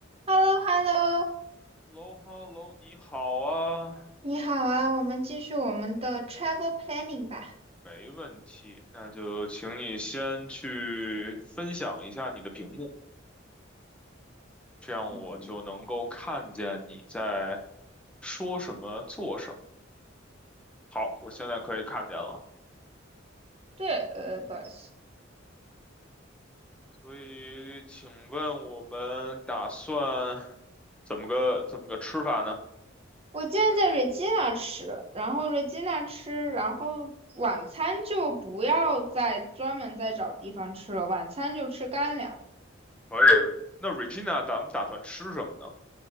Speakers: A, on the right (about 30°); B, in the centre.
A: h e l l o h e l l o
B: Hello，Hello，你好啊，
A: 你好啊，我们继续我们的 travel planning 吧。
B: 没问题。那就请你先去分享一下你的屏幕，这样我就能够看见你在
A: 嗯，
B: 说什么、做什么。好，我现在可以看见了。
A: 对，呃，不好意思，
B: 所以，请问我们打算怎么个怎么个吃法呢？
A: 我今天在 Regina 吃，然后 Regina 吃，然后晚餐就不要再专门再找地方吃了，晚餐就吃干粮。
B: 可以。那 Regina，咱们打算吃什么呢？